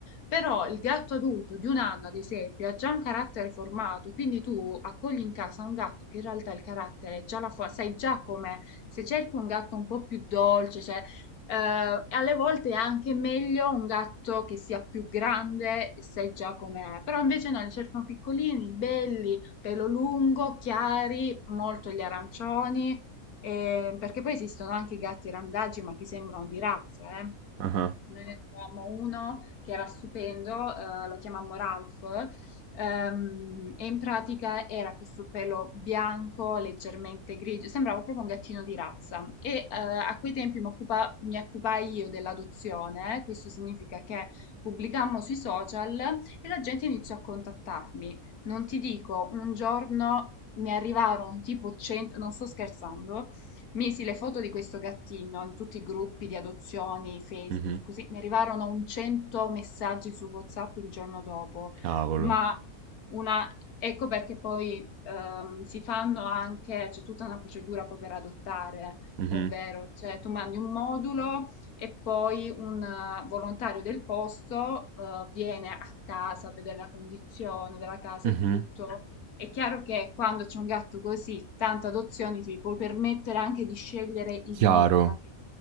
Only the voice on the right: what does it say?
Ah,
mhm,
Cavolo.
Mhm,
mhm.
Chiaro.